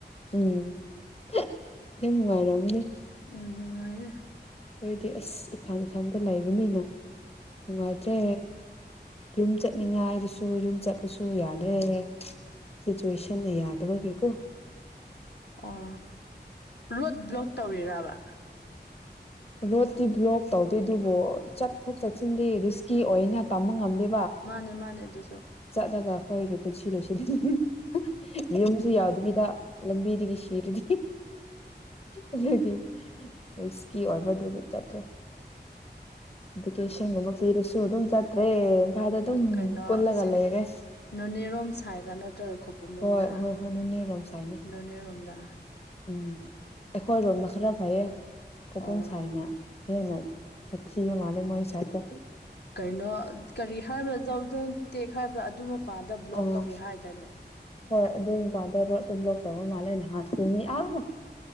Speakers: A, on the left (about 35°); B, on the left (about 70°).
A: ꯎꯝ ꯍ ꯅꯨꯡꯉꯥꯏꯔꯝꯅꯦ
B: ꯎꯝ ꯅꯨꯡꯉꯥꯏꯦ
A: ꯍꯣꯏꯗꯤ ꯑꯁ ꯏꯊꯥꯟ ꯏꯁꯥꯟꯗ ꯂꯩꯕꯅꯤꯅ ꯅꯨꯡꯉꯥꯏꯇ꯭ꯔꯦ ꯌꯨꯝ ꯆꯠꯅꯤꯡꯉꯥꯏꯗꯨꯁꯨ ꯌꯨꯝ ꯆꯠꯄꯁꯨ ꯌꯥꯗ꯭ꯔꯦꯔꯦ ꯁꯤꯆꯨꯋꯦꯁꯟ ꯌꯥꯗꯕꯒꯤꯀꯣ
B: ꯑꯣ ꯔꯣꯠ ꯕ꯭ꯂꯣꯛ ꯇꯧꯔꯤꯔꯕ
A: ꯔꯣꯠꯇꯇꯤ ꯕ꯭ꯂꯣꯛ ꯇꯧꯗꯦ ꯑꯗꯨꯕꯨ ꯆꯠꯊꯣꯛ ꯆꯠꯁꯤꯟꯗꯦ ꯔꯤꯁꯀꯤ ꯑꯣꯏꯅ ꯇꯝꯕ ꯉꯝꯗꯦ
B: ꯃꯥꯅꯦ ꯃꯥꯅꯦ ꯑꯗꯨꯁꯨ
A: ꯆꯠꯂꯒ ꯑꯩꯣꯏꯒꯤ ꯄꯨꯟꯁꯤ ꯂꯣꯏꯁꯤꯟꯂꯅꯤ ꯌꯨꯝꯁꯨ ꯌꯥꯎꯗꯕꯤꯗ ꯂꯝꯕꯤꯗꯒꯤ ꯁꯤꯔꯗꯤ ꯑꯗꯨꯒꯤ ꯔꯤꯁꯀꯤ ꯑꯣꯏꯕꯗꯨꯗꯤ ꯆꯠꯇ꯭ꯔꯦ ꯚꯤꯀꯦꯁꯟꯒꯨꯝꯕ ꯄꯤꯔꯁꯨ ꯑꯗꯨꯝ ꯆꯠꯇ꯭ꯔꯦ ꯏꯝꯐꯥꯜꯗ ꯑꯗꯨꯝ
B: ꯀꯩꯅꯣ
A: ꯀꯜꯂꯒ
B: ꯑꯁꯤ
A: ꯂꯩꯔꯦ
B: ꯅꯣꯅꯦꯔꯣꯝ ꯁꯥꯏꯠꯅ ꯅꯠꯇ꯭ꯔꯒ ꯈꯄꯨꯝꯔꯣꯝꯗꯅ
A: ꯍꯣꯏ ꯍꯣꯏ ꯍꯣꯏ ꯅꯣꯅꯦꯔꯣꯝ ꯁꯥꯏꯅꯦ
B: ꯅꯣꯅꯦꯔꯣꯝꯗ
A: ꯎꯝ ꯑꯩꯈꯣꯏꯔꯣꯝꯗ ꯈꯔ ꯐꯩꯌꯦ ꯀꯄꯨꯝ
B: ꯑꯣ
A: ꯁꯥꯏꯅ ꯍꯦꯟꯅ ꯆꯊ ꯃꯥꯦ ꯃ ꯁꯥꯠꯇ
B: ꯀꯩꯅꯣ ꯀꯔꯤ ꯍꯥꯏꯕ꯭ꯔꯥ ꯖꯎꯗꯪ ꯇꯦꯛ ꯍꯥꯏꯕ꯭ꯔꯥ ꯑꯗꯨ ꯄꯥꯗ ꯕ꯭ꯂꯣꯛ
A: ꯑꯥ
B: ꯇꯧꯋꯦ ꯍꯥꯏꯗꯥꯏꯅꯦ
A: ꯍꯣꯏ ꯑꯗꯨ ꯅꯨꯄꯥꯗ ꯔꯣꯠꯇ ꯕ꯭ꯂꯣꯛ ꯇꯧꯕ ꯃꯥꯜꯂꯦ ꯅꯍꯥꯟꯁꯨ ꯃꯤ ꯑꯥ